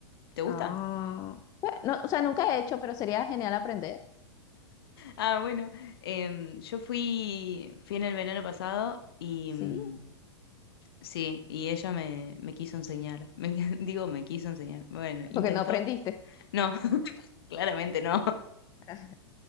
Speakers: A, on the left (about 55°); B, on the left (about 25°).
A: ¿te gusta?
B: Ah, bueno, no, o sea, nunca he hecho, pero sería genial aprender.
A: Ah, bueno, em, yo fui, fui en el verano pasado y
B: Sí,
A: mm, sí, y ella me, me quiso enseñar. Me qui- <laughs> digo, me quiso enseñar. Bueno, intentó.
B: porque no aprendiste.
A: No, <laughs> claramente no.
B: <laughs>